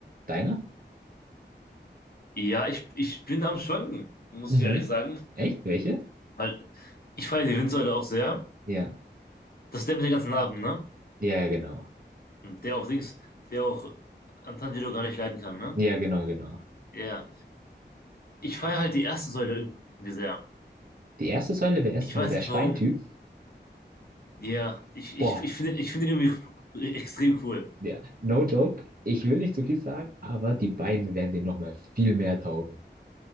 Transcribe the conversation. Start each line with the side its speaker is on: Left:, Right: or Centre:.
Right: Deiner?
Left: Ja, ich, ich bin am Schwanken, muss
Right: Mhm.
Left: ich ehrlich sagen.
Right: Echt? Welche?
Left: Weil ich feiere die Windsäule auch sehr.
Right: Ja.
Left: Das ist der mit den ganzen Narben, ne?
Right: Ja, ja, genau.
Left: Der auch Dings, der auch Antanjiro gar nicht leiden kann, ne?
Right: Ja, genau, genau.
Left: Ja. Ich feiere halt die erste Säule irgendwie sehr.
Right: Die erste Säule wäre erst
Left: Ich
Right: nochmal
Left: weiß
Right: der
Left: nicht
Right: Steintyp.
Left: warum. Ja, ich,
Right: Boah,
Left: ich, ich finde ich finde den irgendwie extrem cool.
Right: ja, no joke. Ich will nicht zu viel sagen, aber die beiden werden dir nochmal viel mehr taugen.